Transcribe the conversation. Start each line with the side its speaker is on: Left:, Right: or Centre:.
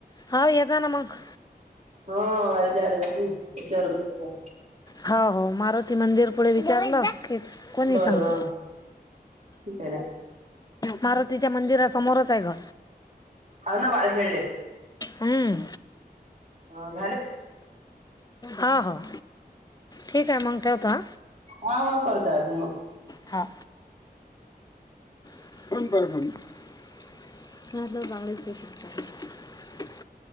Left: हा ये जा ना मग.
Right: हा वारी झाले की विचार <inaudible>
Left: हा हो मारुती मंदिर पुढे विचारलं की कोणीही
Right: बरं
Left: सांगत.
Right: बरं ठीक आहे ना.
Left: मारुतीच्या मंदिरा समोरच आहे ग.
Right: हा ना वार खेळले
Left: हम.
Right: ह.
Left: हा हो. ठीक आहे मग ठेवतो
Right: हा हा कर दा ज मग.
Left: हा <inaudible>